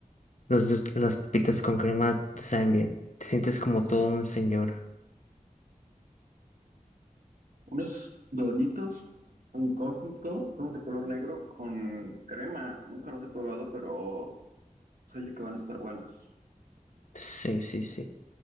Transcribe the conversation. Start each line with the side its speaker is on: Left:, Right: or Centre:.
Left: los, dos- las papitas con crema te saben bien. Te sientes como todo un señor.
Right: Unos Doritos en conflicto, son de color negro con crema. Nunca los he probado, pero se oye que van a estar buenos.
Left: Sí, sí, sí.